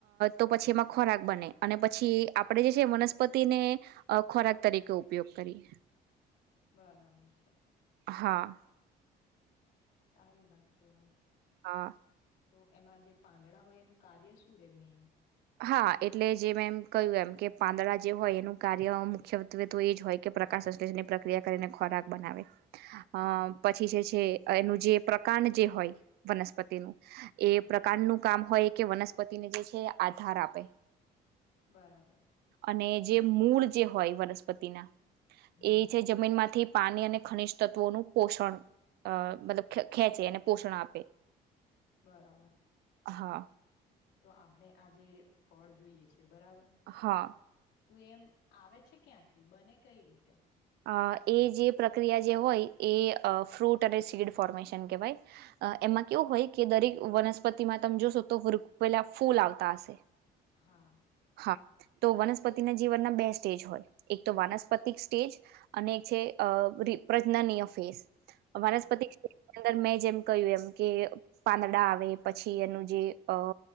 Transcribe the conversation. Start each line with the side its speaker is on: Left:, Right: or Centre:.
Right: તો પછી એમાં ખોરાક બને અને પછી આપડણે જે છે. વનસ્પતિ પતિને ખોરાક તરીકે ઉપયોગ કરી.
Left: બરાબર છે.
Right: હા.
Left: સારી વાત કેવાય.
Right: હા.
Left: તો એમાં જે પાંદડા હોય એનું કાર્ય શું રે મેન?
Right: હા, એટલે જે મેમ કહ્યું એમ કે પાંદડા જે હોય એનું કાર્ય મુખ્યત્વે તો એ જ હોય કે પ્રકાશ સંશ્લેષણની પ્રક્રિયા કરીને ખોરાક બનાવે. અ
Left: હા
Right: પછી જે છે એનું જે પ્રકાંડ જે હોય વનસ્પતિનું
Left: હા
Right: એ પ્રકારનું કામ હોય કે વનસ્પતિને જે છે આધાર આપે
Left: બરાબર.
Right: અને જે મૂળ જે હોય વનસ્પતિના
Left: હમ
Right: એ છે, જમીન માંથી પાણી અને ખનિજ તત્વોનું પોષણ અ મતલબ ખેંચે અને પોષણ આપે
Left: બરાબર.
Right: હા.
Left: તો આપણે આ જે ફળ જોઈએ છે, બરાબર.
Right: હા
Left: તું એમ આવે છે, ક્યાંથી બને કઈ રીતે?
Right: અ, એ જે પ્રક્રિયા જે હોય, એ ફ્રૂટ અને સીડ ફોર્મેશન કહેવાય. એમાં કેવું હોય કે, દરેક વનસ્પતિમાં તમે જોશો તો, વૃક્ષ પહેલા ફૂલ આવતા હશે.
Left: હા.
Right: હા તો વનસ્પતિ ના જીવન ના બે સ્ટેજ હોય, એક તો વાનસ્પતિક સ્ટેજ અને એક છે પ્રજનનીય ફેસ, વનસ્પતિ
Left: હા,
Right: મેં જેમ કહ્યું એમ કે, પાંદડા આવે, પછી એનું જે અ